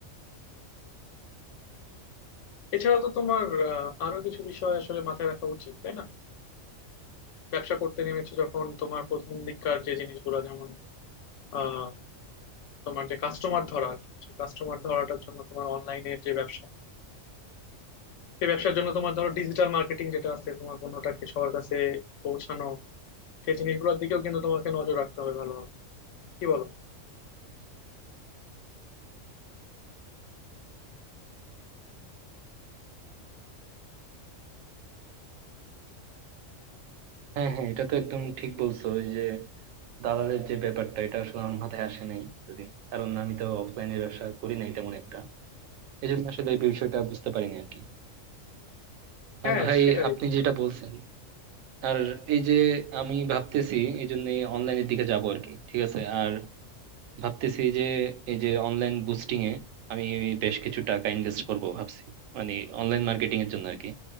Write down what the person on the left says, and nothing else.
এছাড়া তো তোমার আহ, আরো কিছু বিষয় আসলে মাথায় রাখা উচিত তাই না ব্যবসা করতে নেমেছো যখন তোমার প্রথম দিককার যে জিনিসগুলো যেমন আহ, তোমার যে কাস্টমার ধরা আর কি সেই কাস্টমার ধরাটার জন্য তোমার অনলাইনের যে ব্যবসা সেই ব্যবসার জন্য তোমার ধরো ডিজিটাল মার্কেটিং যেটা আছে তোমার পণ্যটাকে সবার কাছে পৌঁছানো সেই জিনিসগুলোর দিকেও কিন্তু তোমাকে নজর রাখতে হবে ভালোভাবে কি বলো
হ্যাঁ
সেটাই